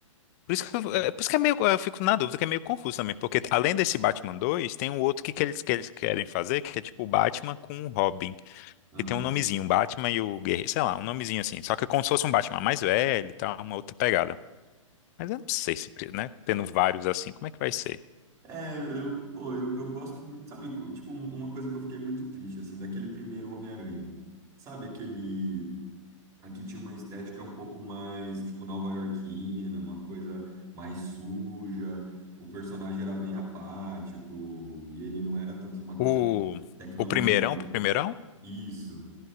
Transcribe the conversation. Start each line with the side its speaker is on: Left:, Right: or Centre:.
Left: Por isso que, eu- é, por isso que é meio, eu fico na dúvida, que é meio confuso também, porque além desse Batman 2 tem um outro que, que, eles, que eles querem fazer, que é tipo o Batman com o Robin,
Right: Aham.
Left: que tem um nomezinho, o Batman e o Guerreiro, sei lá, um nomezinho assim, só que é como se fosse um Batman mais velho e tal, uma outra pegada. Mas eu não sei se, pre- né? Tendo vários assim, como é que vai ser?
Right: É, eu, pô, eu, eu gosto muito, sabe? co- Tipo, um- uma coisa que eu fiquei muito triste, assim, daquele primeiro Homem-Aranha. Sabe, aquele. Aqui tinha uma estética um pouco mais, tipo, nova-iorquina, uma coisa mais suja. O personagem era bem apático e ele não era tanto uma coisa,
Left: O,
Right: tipo, tecnologia.
Left: o primeirão, primeirão?
Right: Isso,